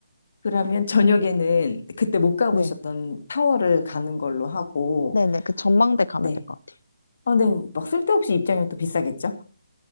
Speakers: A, on the left; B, on the left.
A: 그러면 저녁에는 그때 못 가보셨던
B: 네.
A: 타워를 가는 걸로 하고,
B: 네네, 그 전망대 가면
A: 네.
B: 될 것 같아요.
A: 아, 근데 막 쓸데없이 입장료 또 비싸겠죠?